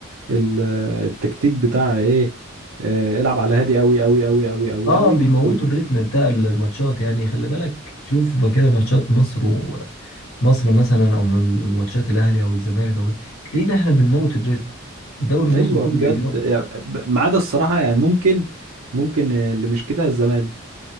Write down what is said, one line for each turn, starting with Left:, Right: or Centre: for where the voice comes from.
Right: ال- التكتيك بتاع ايه آه، العب على هادي قوي قوي قوي قوي قوي
Left: اه
Right: قوي
Left: بيموتوا
Right: قوي
Left: الريتم بتاع الماتشات يعني خلي بالك شوف بقى كده ماتشات مصر و مصر مثلا او من ماتشات الاهلي او الزمالك او إيه، تلاقينا احنا بنموت الريتم الدوري المصري
Right: ايوه
Left: كله
Right: بجد
Left: بيموت
Right: يعني ب- ما عدا الصراحة يعني ممكن ممكن اللي مش كده الزمالك